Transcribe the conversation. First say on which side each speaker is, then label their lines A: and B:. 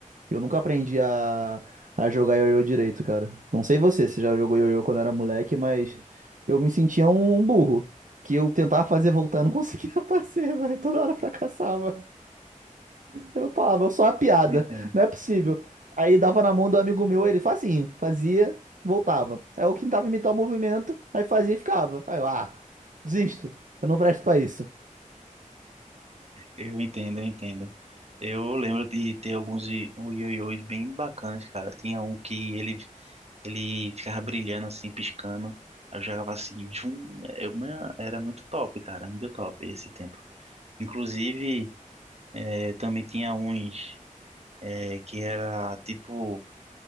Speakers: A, on the right (about 70°); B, on the right (about 50°).
A: Eu nunca aprendi a, a jogar ioiô direito, cara. Não sei você, se já jogou ioiô quando era moleque, mas eu me sentia um um burro. Que eu tentava fazer voltar, eu não conseguia <laughs> fazer, velho. Toda hora fracassava. Eu falava, eu sou uma piada,
B: eu entendo.
A: não é possível. Aí dava na mão do amigo meu, ele fazia, assim, fazia, voltava. Aí eu tentava imitar o movimento, aí fazia e ficava. Aí eu, ah, desisto, eu não presto pra isso.
B: Eu entendo, eu entendo. Eu lembro de ter alguns i- um ioiôs bem bacanas, cara. Tinha um que ele, ele ficava brilhando assim, piscando. Aí Eu jogava assim, zum, eu, man, era muito top, cara, muito top esse tempo. Inclusive, eh, também tinha uns eh, que era tipo.